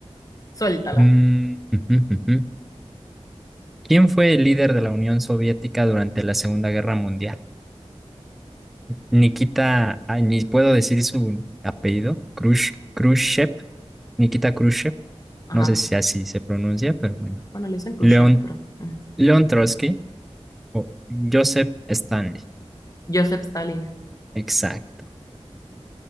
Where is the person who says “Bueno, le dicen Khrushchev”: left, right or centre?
Left